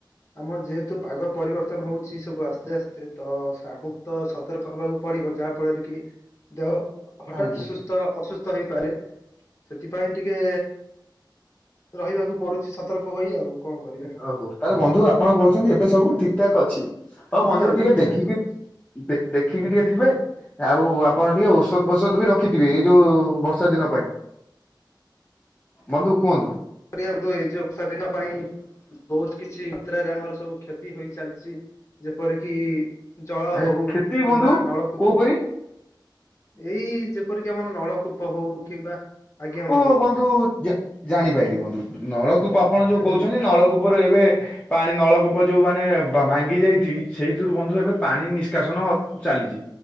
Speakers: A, on the left; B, on the left.
A: ଆମର ଯେହେତୁ ପାଗ ପରିବର୍ତ୍ତନ ହଉଛି ସବୁ ଆସ୍ତେ ଆସ୍ତେ ତ ସ ଆମକୁ ତ ସତର୍କ ହବାକୁ ପଡିବ ଯାହା ଫଳରେ କି ଦେହ ହଠାତ୍
B: ଆଜ୍ଞା
A: ସୁସ୍ଥ ଅସୁସ୍ଥ ହେଇପାରେ ସେଥିପାଇଁ ଟିକେ ରହିବାକୁ ପଡୁଛି ସତର୍କ ହୋଇ ଆଉ। କଣ କରିବା
B: ଓହୋ ତାହେଲେ ବନ୍ଧୁ ଆପଣ କହୁଛନ୍ତି ଏବେ ସବୁ ଠିକ ଠାକ୍ ଅଛି ହଉ ବନ୍ଧୁ
A: ହଁ ଏବେ
B: ଟିକେ
A: ଠିକ
B: ଦେଖିକି
A: ଠାକ ସବୁ ଅଛି।
B: ଦେ ଦେଖିକି ଟିକେ ଥିବେ। ଆଉ ଆପଣ ଟିକେ ଔଷଧ ଫୋଷଧ ବି ରଖିଥିବେ ଏଇ ଯୋଉ ବର୍ଷା ଦିନ ପାଇଁ। ବନ୍ଧୁ କୁହନ୍ତୁ
A: ରିଅନ୍ତୁ ଏଇ ଜଉ ବର୍ଷା ଦିନ ପାଇଁ ବହୁତ କିଛି ମାତ୍ରାରେ ଆମର ସବୁ କ୍ଷତି ହୋଇ ଚାଲିଛି ଯେପରିକି ଜଳ
B: ଏ
A: ହଉ
B: କ୍ଷତି
A: କିମ୍ବା
B: ବନ୍ଧୁ
A: ନଳକୂପ
B: କୋଉପରି
A: ଏଇ ଯେ ପରିକି ଆମର ନଳକୂପ ହଉ କିମ୍ବା ଆଜ୍ଞା
B: ଓ
A: ବନ୍ଧୁ।
B: ବନ୍ଧୁ ଜା ଜାଣିପାଇଲିି ବନ୍ଧୁ ନଳକୂପ ଆପଣ ଯୋଉ
A: ହୁଁ
B: କହୁଚନ୍ତି ନଳକୂପରୁ ଏବେ ପାଣି ନଳକୂପ ଯୋଉ ମାନେ ବା ଭାଙ୍ଗି ଯାଇଚି ସେଇଥିରୁ ବନ୍ଧୁ ଏବେ ପାଣି ନିଷ୍କାସନ ଚାଲିଚି